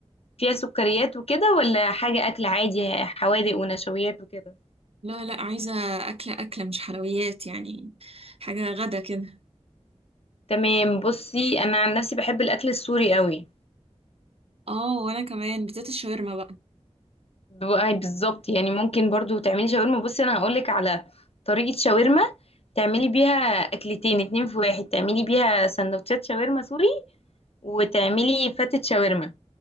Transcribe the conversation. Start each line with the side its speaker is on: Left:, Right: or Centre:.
Left: فيها سكريات وكده ولا حاجه اكل عادي حوادق ونشويات وكده
Right: لا لا عايزة اكلة اكلة مش حلويات يعني حاجة غدا كده
Left: تمام بصي انا عن نفسي بحب الاكل السوري قوي
Right: اه وانا كمان بتاعت الشاورما بقى
Left: بقى بالظبط يعني ممكن برضو تعملي شاورما بصي انا هقولك على طريقة شاورما تعملي بيها اكلتين اتنين في واحد تعملي بيها سندوتشات شاورما سوري وتعملي فتة شاورما